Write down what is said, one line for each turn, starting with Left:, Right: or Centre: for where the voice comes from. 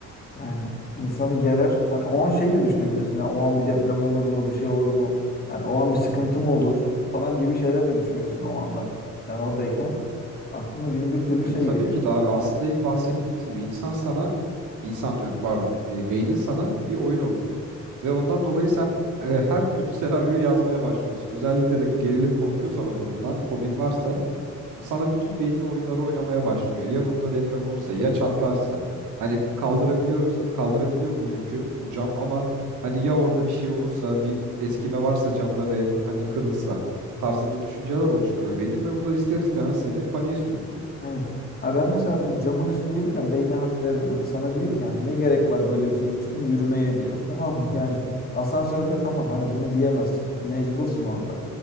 Left: Yani insanı gerer. Hani o an şey de düşünebilirsin. Ha, o an bir deprem olur mu, bir şey olur mu? Hani o an bir sıkıntı mı olur falan gibi şeyler de düşünüyorsun o anda. Sen oradayken aklına bin bir türlü
Right: E,
Left: şey
Right: tabii
Left: geliyor.
Right: ki de abi aslında ilk bahsettiğimiz gibi insan sana insan diyorum pardon e, beynin sana bir oyun oynuyor ve ondan dolayı sen e, her kötü senaryoyu yazmaya başlıyorsun. Özellikle de gerilip korkuyorsan o durumdan fobin varsa sana bütün beynin oyunları oynamaya başlıyor. Ya burada deprem olursa ya çatlarsa hani kaldırabiliyoruz kaldırabiliyor bu yükü bu cam ama hani ya orada bir şey olursa bir eskime varsa camda ve hani kırılsa tarzında düşünceler oluşturuyor beynin ve bu da ister istemez seni paniğe sürüklüyor.
Left: Evet. Ha ben mesela bu camın üstünde yürürken beyne hak veririm. Hani sana diyor ki yani ne gerek var böyle bir şeyin üstünde yürümeye diyor. <laughs> Tamam mı? Yani asansörde tamam hani bunu diyemezsin. Mecbursun orada.